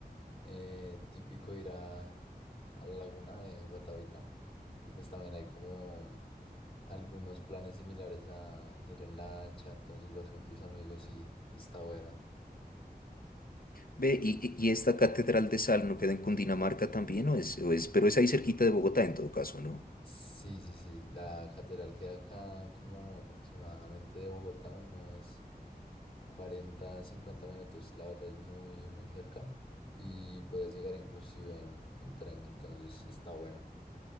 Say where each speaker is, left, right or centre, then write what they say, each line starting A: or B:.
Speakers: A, on the left; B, on the left.
A: eh, típico ir a, a la laguna de Guatavita y pues también hay como algunos planes similares a ir en lancha, entonces vas con tus amigos y está bueno.
B: Ve, y, y y esta catedral de sal no queda en Cundinamarca también, o es, o es, pero es ahí cerquita de Bogotá en todo caso, ¿no?
A: Sí, sí, sí. La catedral queda acá como aproximadamente de Bogotá, unos 40, 50 minutos. La verdad es muy, muy cerca. Y puedes llegar inclusive en, en tren, entonces está bueno.